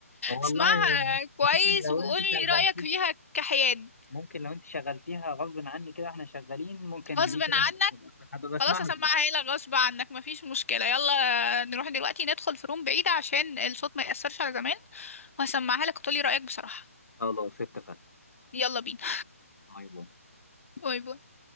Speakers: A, on the left; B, on the left.
A: آه، والله
B: اسمعها
A: هو
B: كويس
A: ممكن لو
B: وقول
A: انت
B: لي
A: شغال
B: رأيك فيها كحياد
A: ممكن لو انت شغلتيها غصب عني كده واحنا شغالين ممكن
B: غصب
A: دي كده
B: عنك
A: هبقى هبقى بسمعها
B: خلاص هسمعها
A: زوجي.
B: لك غصب عنك مفيش مشكلة يلا نروح دلوقتي ندخل في روم بعيدة عشان الصوت ما يأثرش على زمان وهسمعها لك وتقولي رأيك بصراحة
A: خلاص اتفقنا
B: يلا بينا
A: باي باي
B: <laughs> باي باي